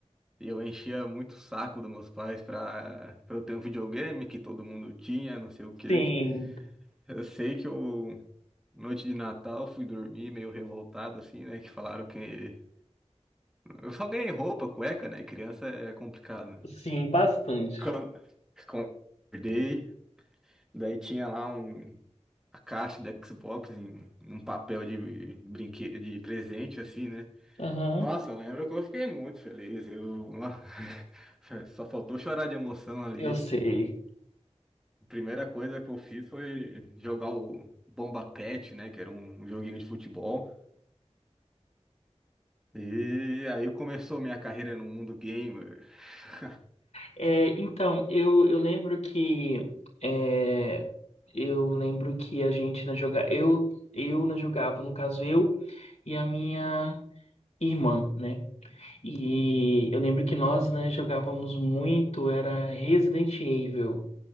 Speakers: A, in the centre; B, on the left (about 70°).
A: e eu enchia muito o saco dos meus pais para para eu ter um videogame que todo mundo tinha, não sei o quê.
B: Sim,
A: Eu sei que eu noite de Natal fui dormir meio revoltado assim, né, que falaram que eu só ganhei roupa, cueca, né? Criança é complicado. né?
B: sim, bastante.
A: Quando... quando Acordei, daí tinha lá um a caixa da Xbox em em um papel de brinquedo, de presente, assim, né?
B: Aham,
A: Nossa, eu lembro que eu fiquei muito feliz. Eu <laughs> só faltou chorar de emoção ali.
B: eu sei.
A: A primeira coisa que eu fiz foi jogar o Bomba Patch, né? Que era um joguinho de futebol. E aí começou minha carreira no mundo gamer. <laughs>
B: É, então, eu, eu lembro que é, eu lembro que a gente né, joga, eu eu né, jogava, no caso eu e a minha irmã, né? E eu lembro que nós né, jogávamos muito, era Resident Evil.